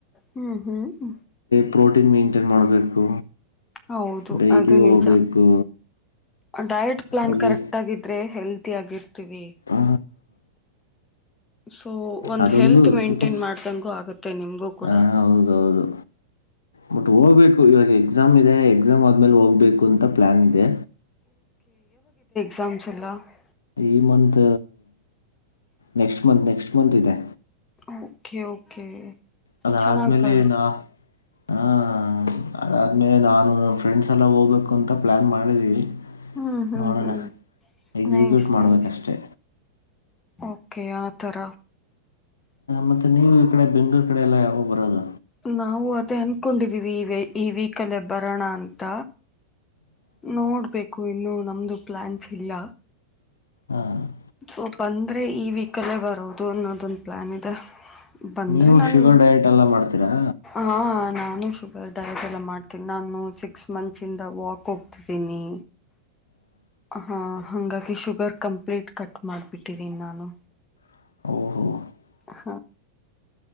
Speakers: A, on the left; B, on the left.
A: ಹ್ಮ್ ಹ್ಮ್
B: ಪ್ರೋಟೀನ್ ಮೈಂಟೇನ್ ಮಾಡಬೇಕು
A: ಹೌದು
B: ಡೈಲಿ
A: ಅದು
B: ಹೋಗ್ಬೇಕು
A: ನಿಜ ಡಯಟ್ ಪ್ಲಾನ್
B: ಅದೇ
A: ಕರೆಕ್ಟ್ ಆಗಿದ್ರೆ ಹೆಲ್ತಿ ಆಗಿರ್ತೀವಿ
B: ಹ
A: ಸೊ ಒಂದ್
B: ಅದೊಂದು
A: ಹೆಲ್ತ್ ಮೇಂಟೈನ್
B: ಸ್ವಲ್ಪ
A: ಮಾಡ್ದಂಗೂ ಆಗತ್ತೆ ನಿಮಗೂ ಕೂಡ
B: ಹ ಹೌದೌದು ಬಟ್ ಹೋಗ್ಬೇಕು ಇವಾಗ ಎಕ್ಸಾಮ್ ಇದೆ ಎಕ್ಸಾಮ್ ಆದ್ಮೇಲೆ ಹೋಗ್ಬೇಕು ಅಂತ ಪ್ಲಾನ್ ಇದೆ
A: ಸಮಸಲ <unintelligible>
B: ಈ month next month next month ಇದೆ
A: ಓಕೆ ಓಕೆ
B: ಅದಾದ್ಮೇಲೆ
A: ಚೆನ್ನಾಗ್ ಬ
B: ನಾ ಹ ಅದಾದ್ಮೇಲೆ ನಾನು ಫ್ರೆಂಡ್ಸ್ ಸಲ ಹೋಗ್ಬೇಕು ಅಂತ ಪ್ಲಾನ್ ಮಾಡಿದೀವಿ
A: ಹ್ಮ್ ಹ್ಮ್
B: ನೋಡೋಣ
A: ಹ್ಮ್
B: ಎಕ್ಸಿಕ್ಯೂಟ್
A: ನೈಸ್
B: ಮಾಡ್ಬೇಕಷ್ಟೆ
A: ನೈಸ್ ಓಕೆ ಆತರ
B: ಮತ್ತು ನೀವು ಈ ಕಡೆ ಬೆಂಗಳೂರು ಕಡೆ ಎಲ್ಲ ಯಾವಗ್ ಬರೋದು.
A: ನಾವು ಅದೇ ಅನ್ಕೊಂಡಿದೀವಿ ಈ ವೀಕ್ ಅಲ್ಲಿ ಬರೋಣ ಅಂತ. ನೋಡ್ಬೇಕು ಇನ್ನು ನಮ್ದು ಪ್ಲಾನ್ಸ್ ಇಲ್ಲ.
B: ಹ್ಮು
A: ಸೊ ಬಂದ್ರೆ ಈ ವೀಕ್ ಅಲ್ಲೆ ಬರೋದು ಅನ್ನೋದೊಂದು ಪ್ಲಾನ್ ಇದೆ. ಬಂದ್ರಿ
B: ನೀವು
A: ನಾನ್
B: ಶುಗರ್ ಡಯಟ್ ಎಲ್ಲ ಮಾಡ್ತೀರಾ
A: ಹ ನಾನು. ಶುಗರ್ ಡಯಟ್ ಎಲ್ಲ ಮಾಡ್ತೀನಿ ನಾನು ಸಿಕ್ಸ್ ಮಂತ್ಸಿಂದ ವಾಕ್ ಹೋಗ್ತಿದ್ದೀನಿ. ಹಾ ಹಂಗಾಗಿ ಶುಗರ್ ಕಂಪ್ಲೀಟ್ ಕಟ್ ಮಾಡ್ಬಿಟ್ಟಿದ್ದೀನ್ ನಾನು.
B: <unintelligible>
A: ಹ